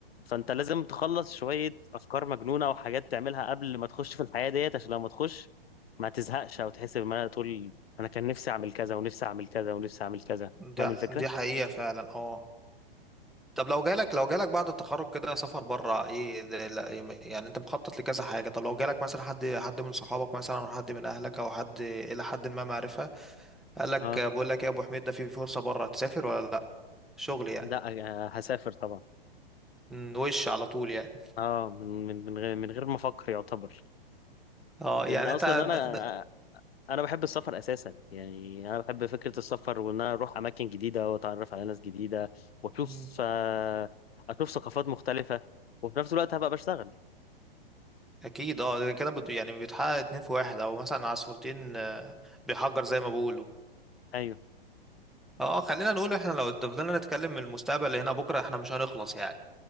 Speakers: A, on the left; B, in the centre.
A: فانت لازم تخلص شويه افكار مجنونه وحاجات تعملها قبل ما تخش في الحياه ديت عشان لما تخش ما تزهقش او تحس ان انا تقول انا كان نفسي اعمل كذا ونفسي اعمل كذا ونفسي اعمل كذا
B: ده
A: فاهم الفكره
B: دي حقيقة فعلا اه طب لو جالك لو جالك بعد التخرج كده سفر بره ايه ده- لا- يعني انت مخطط لكذا حاجة طب لو جالك مثلا حد حد من صحابك مثلا او حد من اهلك او حد الى حد ما معرفة قال لك
A: اه
B: بقول لك إيه يا ابو حميد ده في فرصة بره تسافر ولا لا شغل يعني
A: لا آه، هسافر طبعا
B: مم، وش على طول يعني
A: اه من من من غير من غير ما افكر يعتبر
B: اه يعني
A: لان اصلا
B: انت ن-
A: انا
B: ن-
A: انا بحب السفر اساسا يعني انا بحب فكره السفر وان انا اروح اماكن جديده واتعرف على ناس جديده واشوف
B: مم.
A: آه، اشوف ثقافات مختلفه وفي نفس الوقت هبقى بشتغل
B: اكيد اه ده كده بد... يعني بيتحقق اتنين في واحد او مثلا عصفورتين آه، بيحجر زي ما بيقولوا
A: ايوه
B: اه خلينا نقول احنا لو فضلنا نتكلم من المستقبل اللي هنا بكره احنا مش هنخلص يعني